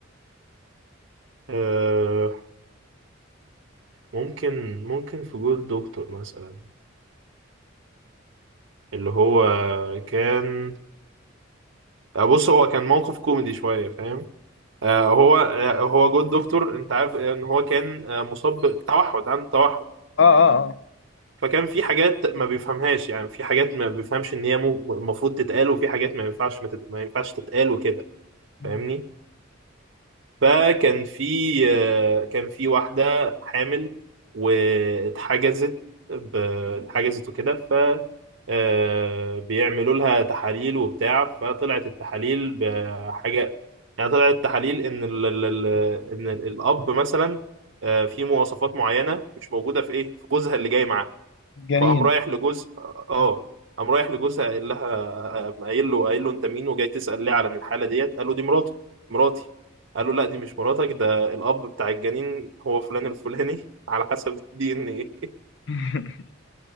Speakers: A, on the right; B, on the left.
A: آه ممكن ممكن في جول دكتور مثلا اللي هو كان بص هو كان موقف كوميدي شوية فاهم؟ آه هو آه هو جود دكتور انت عارف ان هو كان آه مصاب بتوحد عنده توحد
B: اه اه
A: فكان في حاجات ما بيفهمهاش يعني في حاجات ما بيفهمش ان هي مو- المفروض تتقال وفي حاجات ما ينفعش ما, تت... ما ينفعش تتقال وكده
B: مم.
A: فاهمني فكان في آه، كان في واحدة حامل واتحجزت ب- اتحجزت وكده ف آه، بيعملوا لها تحاليل وبتاع فطلعت التحاليل بحاجة يعني طلعت التحاليل ان ال... ال... ال- ان ال- الاب مثلا آه، في مواصفات معينة مش موجودة في ايه في جوزها اللي جاي معاها
B: جنينة
A: فقام رايح لجوز اه قام رايح لجوزها قايل لها قام قايل له قايل له انت مين وجاي تسأل ليه على الحالة ديت قال له دي مراته مراتي قال له لا دي مش مراتك ده الأب بتاع الجنين هو فلان الفلاني <laughs> على حسب الدي ان ايه
B: <laughs>